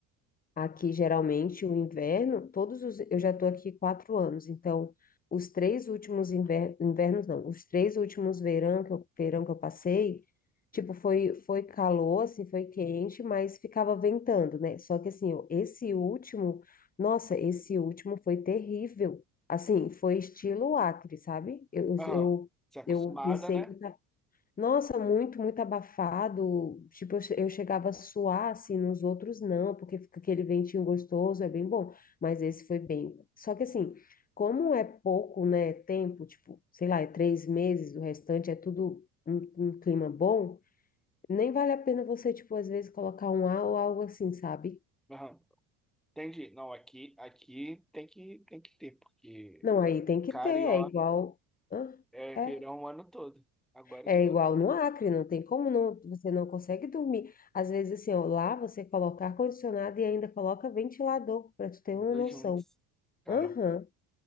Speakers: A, on the left; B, in the centre.
A: Aqui, geralmente, o inverno, todos os, eu já estou aqui quatro anos, então, os três últimos inver, invernos, não, os três últimos verão que eu, verão que eu passei, tipo, foi, foi calor, assim, foi quente, mas ficava ventando, né? Só que, assim, eu- esse último, nossa, esse último foi terrível. Assim, foi estilo Acre, sabe? Eu,
B: Aham.
A: eu,
B: Você é acostumada,
A: eu pensei
B: né?
A: que eu nossa, muito, muito abafado. Tipo, eu che- eu chegava a suar, assim, nos outros não, porque fica aquele ventinho gostoso, é bem bom. Mas esse foi bem. Só que, assim, como é pouco, né, tempo, tipo, sei lá, é três meses, o restante é tudo um, um clima bom, nem vale a pena você, tipo, às vezes colocar um A ou algo assim, sabe?
B: Aham. Entendi. Não, aqui, aqui tem que, tem que ter, porque
A: Não, aí tem que
B: Carioca
A: ter, é igual. Hã?
B: é
A: É.
B: verão o ano todo. Agora
A: É
B: que deu
A: igual no Acre, não tem como não, você não consegue dormir. Às vezes, assim, ó, lá você coloca ar-condicionado e ainda coloca ventilador, para tu ter
B: os
A: uma
B: dois
A: noção.
B: juntos. Caramba.
A: Aham,